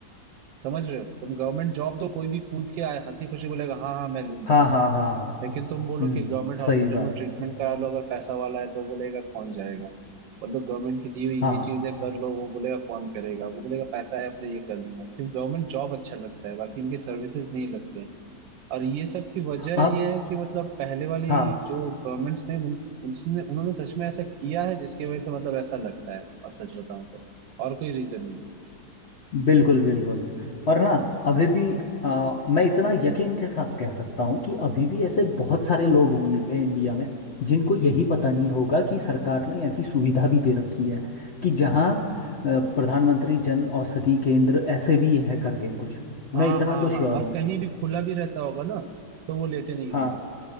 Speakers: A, on the right; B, on the left.
A: समझ रहे हो तुम गवर्नमेंट जॉब दो कोई भी कूद के आए हंसी खुशी बोलेगा हाँ हाँ मैं लूंगा
B: हाँ हाँ हाँ हाँ
A: लेकिन तुम बोलो
B: हम्म
A: कि गवर्नमेंट हॉस्पिटल
B: सही बात
A: में ट्रीटमेंट करा लो अगर पैसा वाला है तो बोलेगा कौन जाएगा मतलब गवर्नमेंट की दी हुई
B: हाँ
A: ये चीजें कर लो वो बोलेगा कौन करेगा वो बोलेगा पैसा है अपने ये कर लूंगा सिर्फ गवर्नमेंट जॉब अच्छा लगता है बाकी इनके सर्विसेज नहीं लगते हैं और ये सब की वजह
B: आप
A: ये है कि मतलब पहले वाली
B: हाँ
A: जो गवर्नमेंट्स ने उन, उसने उन्होंने सच में ऐसा किया है जिसकी वजह से मतलब ऐसा लगता है और सच बताऊं तो और कोई रीजन नहीं है।
B: बिल्कुल बिल्कुल और ना अभी भी आ, मैं इतना यकीन के साथ कह सकता हूँ कि अभी भी ऐसे बहुत सारे लोग होंगे इंडिया में जिनको यही पता नहीं होगा कि सरकार ने ऐसी सुविधा भी दे रखी है कि जहाँ अ, प्रधानमंत्री जन औषधि केंद्र ऐसे भी है करके कुछ मैं
A: हाँ
B: इतना
A: हाँ
B: तो श्योर
A: हाँ और
B: हूँ
A: कहीं भी खुला भी रहता होगा ना तो वो लेते नहीं
B: हाँ
A: होंगे